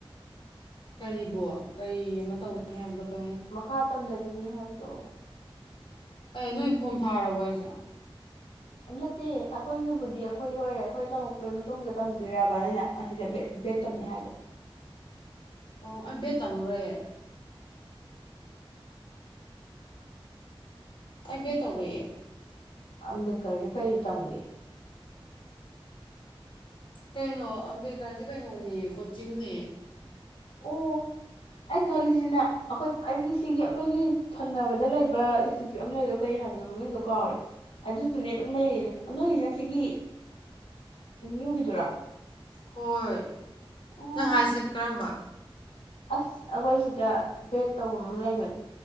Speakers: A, on the left; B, on the left.
A: ꯀꯔꯤꯕꯣ ꯀꯔꯤ ꯑꯃ ꯇꯧꯅꯤ ꯍꯥꯏꯕꯗꯣ ꯀꯥ
B: ꯃꯈꯥ ꯇꯝꯊꯒꯤꯅꯤ ꯍꯥꯏꯕꯗꯣ
A: ꯑꯦ ꯅꯣꯏ ꯐꯣꯝ ꯊꯥꯔꯕꯣ ꯍꯥꯏꯁꯦ
B: ꯅꯠꯇꯦ ꯑꯩꯈꯣꯏꯒꯤꯕꯨꯗꯤ ꯑꯩꯈꯣꯏꯒꯤ ꯑꯣꯏꯔꯦ ꯑꯩꯈꯣꯏ ꯇꯝꯃꯛꯄꯒꯤ ꯃꯇꯨꯡꯗ ꯇꯝꯗꯣꯏꯔꯕ ꯅꯣꯏꯅ ꯑꯁꯤꯗ ꯕꯦ ꯕꯦꯠ ꯇꯝꯅꯤ ꯍꯥꯏꯗꯣ
A: ꯑꯣ ꯑꯩ ꯕꯦꯠ ꯇꯝ ꯂꯣꯏꯔꯦ ꯑꯩ ꯕꯦꯠ ꯇꯧꯔꯣꯏ ꯌꯦ
B: ꯑꯝꯕꯦꯗꯀꯔꯁꯦ ꯀꯩ ꯇꯝꯒꯦ
A: ꯀꯩꯅꯣ ꯑꯝꯕꯦꯗꯀꯔꯁꯦ ꯀꯩꯅꯣꯅꯦ ꯀꯣꯠꯆꯤꯡꯅꯦ
B: ꯑꯣ ꯑꯩꯅ ꯈꯜꯂꯤꯁꯤꯅ ꯑꯩꯈꯣꯏ ꯑꯩꯒꯤ ꯁꯤꯒꯤ ꯑꯩꯈꯣꯏꯒꯤ ꯊꯪꯅꯕꯗ ꯂꯩꯕ ꯏꯟꯁꯇꯤꯇ꯭ꯌꯨꯠ ꯑꯃ ꯂꯩꯕꯗꯣ ꯀꯩ ꯍꯥꯏꯕꯅꯣ ꯃꯃꯤꯡꯗꯣ ꯀꯥꯎꯒ꯭ꯔꯦ ꯑꯗꯨꯗꯨꯅꯦ ꯑꯗꯨꯝ ꯂꯩꯔꯤꯅꯦ ꯅꯣꯏꯒꯤꯁꯤꯅ ꯁꯤꯒꯤ ꯑꯥꯝꯌꯨ ꯒꯤꯗꯨꯔꯥ
A: ꯍꯣꯏ
B: ꯑꯣ
A: ꯅꯪ ꯍꯥꯏꯁꯤꯅ ꯀꯔꯝꯕ
B: ꯑꯁ ꯑꯈꯣꯏ ꯁꯤꯗ ꯕꯦꯠ ꯇꯧꯕꯝ ꯑꯃ ꯂꯩꯕꯅꯤ